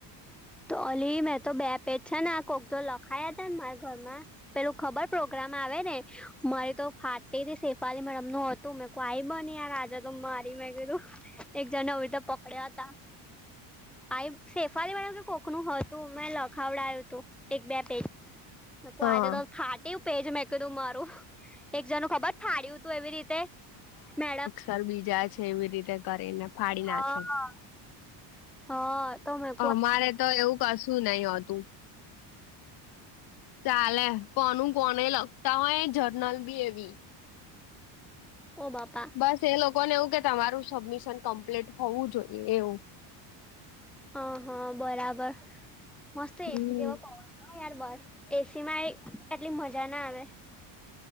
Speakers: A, in the centre; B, on the left (about 55°).
A: ઓલી મેં તો બે પેટ છે ને આ કોક તો લખાયા ને મારા ઘરમાં પેલું ખબર પ્રોગ્રામ આવે ને મારી તો ફાટેથી શેપાલી મેડમ નો. તો મેં કો આઈ બની યાર આજે તો મારી મેં કિધું
B: <unintelligible>
A: એક જને હોય તો પકડ્યા તા આઈ શેફલી મેડમ કે કોકનું હતું મે લખાવડાય્યું હતું એક બે પેજ
B: હા
A: આજે તો ફાટ્યું પેજ મેં કીધું મારું એક જણ નું ખબર છે ફાડ્યો તું એવી રીતે મેડમ
B: સર બીજા છે એવી રીતે કરીને ફાડી
A: હા
B: નાખે
A: હા તો મે
B: અમારે તો એવું કશું નહીં હોતું. ચાલે કોનું કોને લગતા હોય જર્નલ બી એવી
A: <inaudible> ઓ બાપ
B: બસ એ લોકો ને એવું કે તમારું સબમિશન કમ્પ્લીટ હોવું જોઈએ એવું.
A: હ હા બરાબર મસ્ત
B: હમ
A: એસી જેવો પવન હા યાર બાર એસીમાં એટલી મજા ના આવે